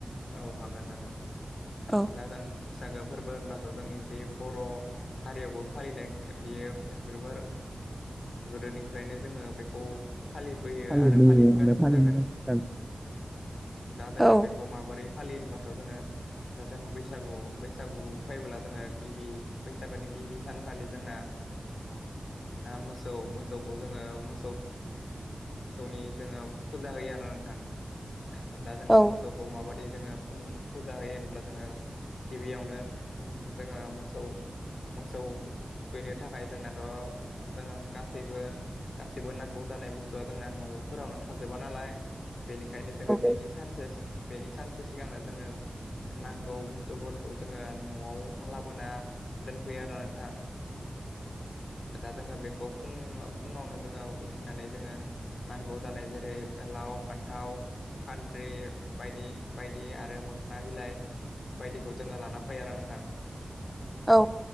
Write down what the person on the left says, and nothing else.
औ हागोन हागोन।
दा जों बैसागो फोरबो होनबाथ' जोंनि बे बर' हारियावबो फालिनाय बेयो जोबोर गोदोनिफ्रायनो जोङो बेखौ फालिबोयो
आरो फालिबोगासिनो
थागोन।
दा जोङो
बेखौ माबो रै फालियो होनबाथ' जोङो दा जों बैसागु बैसागु फैबोब्ला जोङो गिबि बैसागोनि गिबि सानखालि जों ना मोसौ मोसौखौ जोङो मोसौ मोसौनि जोङो फुजा होयो आरो नोंथां दा जोङो
मोसौखौ माबादि जोङो फुं फुजा होयो होनब्ला जोङो गिबियावनो जोङो मोसौ मोसौ थुखैनो थाखाय जोंनाथ' जों गासैबो गासैबो नांगौ जा नाय बुस्थुआ जोंना न'फोरावनो थाजोबा नालाय बेनिखायनो जोङो
बेनि सानसे बेनि सानसे सिगांनो जोङो नां गौ बुस्थुफोरखौ जोङो न'आव लाबोना दोनफैयो आरो नोंथां।
दा जोङो बेखौ फुं-फुङावनो जोङो उथिनानै जोङो नांगौ जानाय जेरै लाव, फान्थाव, खान्थ्रि बायदि बायदि आरो मोखोना बिलाइ बायदिखौ जोङो लाना फैयो आरो नोंथां।